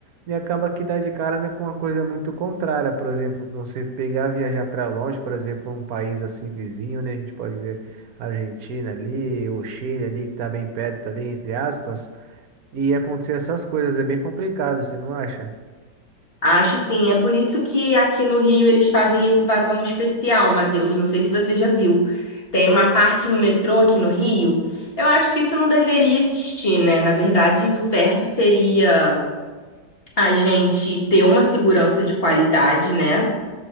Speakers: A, on the right (about 60°); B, on the left (about 35°).
A: E acaba que dá de cara, né, com uma coisa muito contrária. Por exemplo, você pegar, viajar para longe, por exemplo, um país assim vizinho, né? A gente pode ver a Argentina ali, o Chile ali, que tá bem perto ali, entre aspas, e acontecer essas coisas. É bem complicado, você não acha?
B: Acho sim, é por isso que aqui no Rio eles fazem esse vagão especial, Matheus. Não sei se você já viu. Tem uma parte no metrô aqui no Rio. Eu acho que isso não deveria existir, né? Na verdade, o certo seria a gente ter uma segurança de qualidade, né?